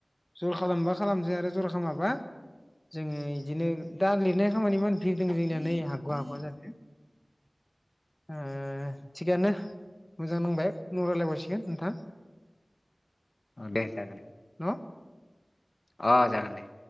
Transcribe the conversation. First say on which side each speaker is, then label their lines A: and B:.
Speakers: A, on the left; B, on the left.
A: जर खालामबा खालामसै आरो जर खामाबा जोङो इदिनो दा लिरनाय खामानि इमान भिर दोङो जोंनिया नै हागवा हागवा जादो। ओ थिगानो मोजां नांबाय उनाव रायज्लायबावसिगोन नोंथां।
B: अ दे जागोन।
A: न'
B: अ जागोन दे।